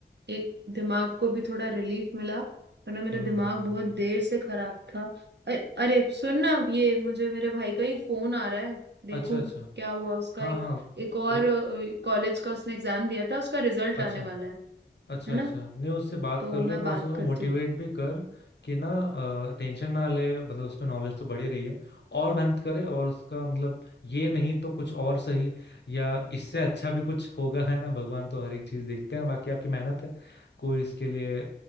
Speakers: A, on the right; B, on the left.
A: एक दिमाग को भी थोड़ा रिलीफ मिला वरना मेरा
B: हम्म
A: दिमाग
B: हम्म
A: बहुत
B: हम्म।
A: देर से खराब था अरे अरे सुन ना ये मुझे मेरे भाई का ही फोन आ रहा है देखूं
B: अच्छा अच्छा
A: क्या हुआ उसका
B: हाँ
A: एक
B: हाँ
A: एक और
B: उ,
A: कॉलेज का उसने एग्जाम दिया था उसका रिजल्ट
B: अच्छा
A: आने वाला है
B: अच्छा
A: है ना
B: अच्छा नहीं उससे बात
A: तो
B: कर ले
A: मैं
B: थोड़ा
A: बात
B: सा उसको
A: करती
B: मोटिवेट
A: हूँ
B: भी कर कि ना टेंशन ना ले मतलब उसका नॉलेज तो बढ़ी रही है और मेहनत करे और उसका मतलब ये नहीं तो कुछ और सही या इससे अच्छा भी कुछ होगा है ना भगवान तो हर एक चीज देखते हैं बाकी आपकी मेहनत है कोई इसके लिए